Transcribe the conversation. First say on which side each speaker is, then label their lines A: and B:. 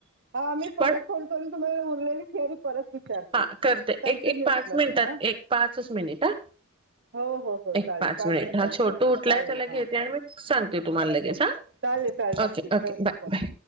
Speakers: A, on the right; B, on the right.
A: हा मी परत
B: पण
A: फोन करून तुम्हाला उरलेली थेरी परत विचारते
B: हा करते
A: कंटिन्युअन्समध्ये
B: एक एक पाच मिनिटात
A: हा.
B: एक पाचच मिनिट हा
A: हो हो हो चालेल
B: एक
A: पाच
B: मिनिट
A: मिनिटांनी
B: हा छोटू
A: करते
B: उठलाय
A: चालेल
B: त्याला घेते
A: हा.
B: आणि मी सांगते तुम्हाला लगेच
A: चालेल
B: हा
A: चालेल नक्कीच
B: ओके ओके
A: ठेवते
B: बाय
A: फोन.
B: बाय